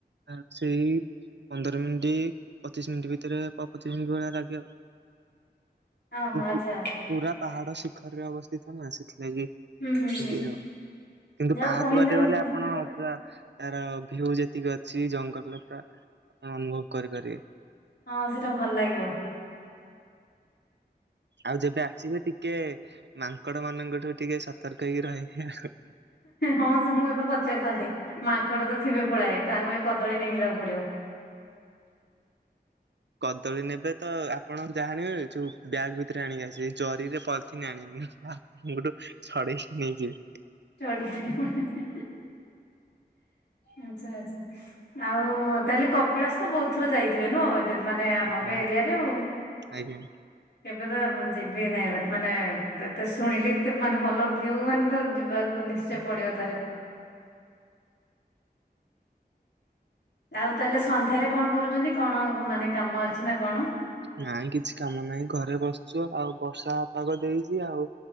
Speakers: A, on the right; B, on the left.
A: ଆଁ ସେଇ ପନ୍ଦର ମିଣ୍ଟି ପଚିଶ ମିଣ୍ଟି ଭିତରେ ପ ପଚିଶ ମିଣ୍ଟି ଭଳିଆ ଲାଗେ ଆଉ।
B: ଅଁ
A: ପୁ
B: ହଁ ଆଚ୍ଛା।
A: ପୁରା ପାହାଡ଼ ଶିଖରରେ ଅବସ୍ଥିତ ନା ସେଥିଲାଗି।
B: ହୁଁ ହୁଁ ହୁଁ
A: ଇବି ଆଉ କିନ୍ତୁ
B: ଯାହା
A: ପାହାଚ
B: କହିଲେ
A: ବାଟେ
B: ହଁ
A: ଗଲେ ଆପଣ ପୁରା ତାର ଭିଉ ଯେତିକି ଅଛି ଜଙ୍ଗଲଟା ଅନୁଭବ କରିପାରିବେ।
B: ହଁ ସେଟା ଭଲ ଲାଗିବ।
A: ଆଉ ଯେବେ ଆସିବେ ଟିକେ ମାଙ୍କଡ଼ମାନଙ୍କଠୁ ଟିକେ ସତର୍କ ହେଇକି ରହିବେ ଆଉ।
B: ହଁ ସେ ମୁଁ ଏବେ ପଚାରିଥାନ୍ତି। ମାଙ୍କଡ଼ ତ ଥିବେ ପଳାଏ କ ଆମେ କଦଳୀ ନେଇ ଯିବାକୁ ପଡ଼ିବ।
A: କଦଳୀ ନେବେ ତ ଆପଣ ଯାହା ନେବେ ଯୋଉ ବ୍ୟାଗ୍ ଭିତରେ ଆଣିକି ଆସିବେ ଜରିରେ ପ ଥିନ ଆଣିବେନି ଲା ମୋଠୁ ଛଡ଼େଇକି ନେଇଯିବେ।
B: ଛଡ଼େଇକି ନେଇ ପଳେଇବେ ଆଚ୍ଛା ଆଚ୍ଛା। ଆଉ ତାହେଲେ କପିଳାସ ତ ବହୁତ ଥର ଯାଇଥିବେ, ନୁହଁ? ଦେ ମାନେ ଆପଣଙ୍କ
A: ଆଜ୍ଞା
B: ଏରିିଆରେ ଓ।
A: ଆଜ୍ଞା।
B: ଏବେ ତ ମୁଁ ଯିବି ଏନେଇ ମା ମାନେ ଏତେ ସ୍ ଶୁଣିଲି ଏତେ ମାନେ ଭଲ ଭିଉ ମାନେ ତ ଯିବାକୁ ନିଶ୍ଚୟ ପଡ଼ିବ ଥରେ। ଆଉ ତାହେଲେ ସନ୍ଧ୍ୟାରେ କଣ କରୁଚନ୍ତି କଣ ମାନେ କାମ ଅଛି ନାଁ କଣ?
A: ନାଇଁ କିଛି କାମ ନାହିଁ ଘରେ ବସିଚୁ ଆଉ ବର୍ଷା ପାଗ ଦେଇଚି ଆଉ।